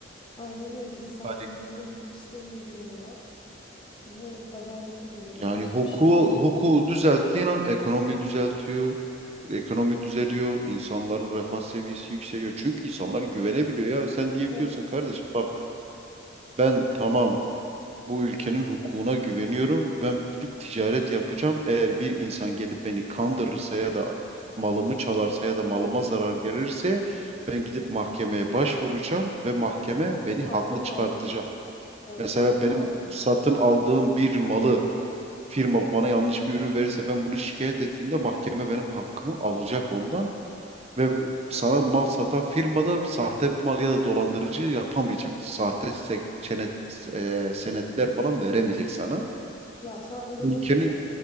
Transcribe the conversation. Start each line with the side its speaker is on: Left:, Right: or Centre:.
Left: aynen öyle insanların
Right: Yani
Left: ne hukuk sistemine güveni var, ne adalete güveni
Right: Yani
Left: var, hiçbir
Right: hukuku,
Left: şeye güveni
Right: hukuku
Left: yok.
Right: düzelttiğin an ekonomi düzeltiyor. Ekonomi düzeliyor. insanların refah seviyesi yükseliyor. Çünkü insanlar güvenebiliyor ya. Sen diyebiliyorsun
Left: Evet.
Right: kardeş bak ben tamam bu ülkenin hukukuna güveniyorum. Ben gidip ticaret yapacağım. Eğer bir insan gelip beni kandırırsa ya da malımı çalarsa ya da malıma
Left: Evet.
Right: zarar gelirse ben gidip mahkemeye başvuracağım ve mahkeme
Left: Ve bunda
Right: beni
Left: da hakkımı
Right: haklı çıkartacak.
Left: alacağım. Evet,
Right: Mesela
Left: hakkımı
Right: benim
Left: alabileceğim.
Right: satın aldığım bir malı firma bana yanlış bir ürün verirse ben bunu şikayet ettiğimde mahkeme benim hakkımı alacak ondan ve sana mal satan firma da sahte bir mal ya da dolandırıcı yapamayacak. Sahte sek- çenet, e, senetler
Left: Hı.
Right: falan veremeyecek sana.
Left: Ya sen onu
Right: Ülkenin
Left: boş ver.